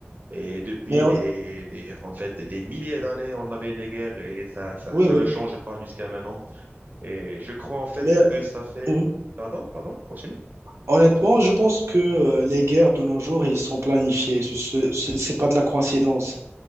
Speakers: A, on the right; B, on the right.
A: Et depuis
B: Mais hon-
A: des, des, en fait, des milliers d'années, on avait des guerres et ça, ça,
B: oui,
A: ça
B: oui.
A: ne change pas jusqu'à maintenant. Et je crois en fait
B: Mais
A: que ça fait...
B: hum,
A: Pardon, pardon, continue.
B: honnêtement, je pense que euh, les guerres de nos jours, ils sont planifiés. Ce, ce, c'est c'est pas de la coïncidence.